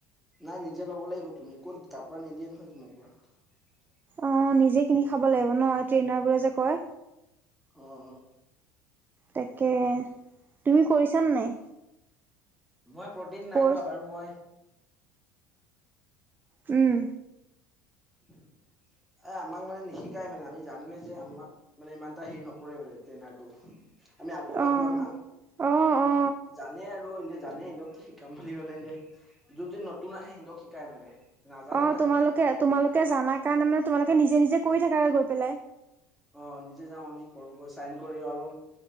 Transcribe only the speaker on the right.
অ, নিজে কিনি খাব লাগিব ন? ট্ৰেইনাৰবোৰে যে কয়।
তাকে তুমি কৰিছানে নাই?
কৰ্চ?
উম।
অ
অ অ
অ
তোমালোকে
তোমালোকে জানা কাৰণে মানে তোমালোকে নিজে নিজে কৰি থাকা গৈ পেলাই।